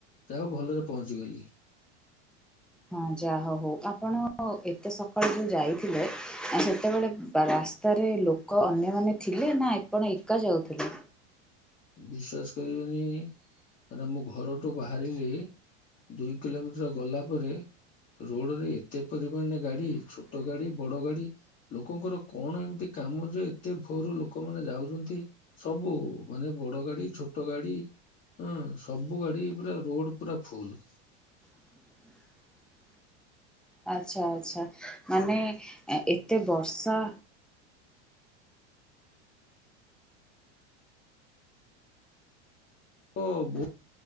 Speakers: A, on the left (about 35°); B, in the centre.
A: ଯାହା ହଉ ଭଲରେ ପହଞ୍ଚିଗଲି।
B: ହଁ ଯାହା ହଉ ଆପଣ ଏତେ ସକାଳୁ ଯୋଉ ଯାଇଥିଲେ ସେତେବେଳେ ରାସ୍ତା ପାଖରେ ଲୋକ ଅନ୍ୟମାନେ ଥିଲେ ନା ଆପଣ ଏକା ଯାଉଥିଲେ?
A: ବିଶ୍ଵାସ କରିବେନି ମାନେ ମୁଁ ଘରଠୁ ବାହାରିଲି ଦୁଇ କିଲୋମିଟର ଗଲା ପରେ ରୋଡରେ ଏତେ ପରିମାଣ ରେ ଗାଡି ଛୋଟ ଗାଡି ବଡ ଗାଡି ଲୋକଙ୍କର କଣ ଏମିତି କାମ ଯେ ଏତେ ଭୋରୁ ଲୋକମାନେ ଯାଉଛନ୍ତି ସବୁ ମାନେ ବଡ ଗାଡି ଛୋଟ ଗାଡି ହଁ ସବୁ ଗାଡି ପୁରା ରୋଡ ପୁରା ଫୁଲ।
B: ହ ଆଚ୍ଛା ଆଚ୍ଛା ମାନେ ଏତେ ବର୍ଷା?
A: ଓ ବୋ